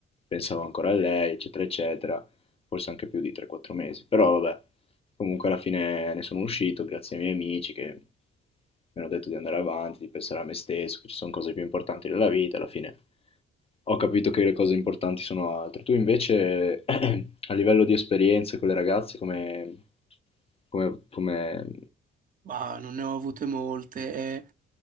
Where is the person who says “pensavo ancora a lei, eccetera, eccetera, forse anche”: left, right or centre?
Left